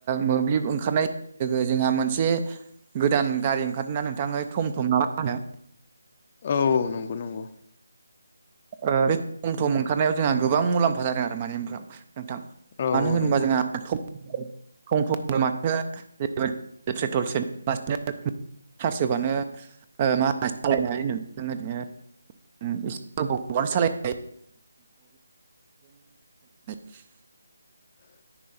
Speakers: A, on the right (about 25°); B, on the left (about 35°).
A: मोब्लिब ओंखारनाय लोगो जोंहा मोनसे गोदान गारि ओंखारनानै नोंथाङै थम थम ना मा होनो
B: औ नंगौ नंगौ
A: ओ बे थम थम ओंखारनायाव जोंहा गोबां मुलाम्फा जादों आरो माने नोंथां नोंथां
B: औ
A: मानो
B: औ
A: होनोबा
B: नंगौ
A: जोंहा तम तम माथो <unintelligible> पेट्रल सोालासिनो सारसहोबानो ओ मा होनो सालायनो हायो <unintelligible> ओरैनो बबनो सालायनाय <unintelligible>
B: <inaudible>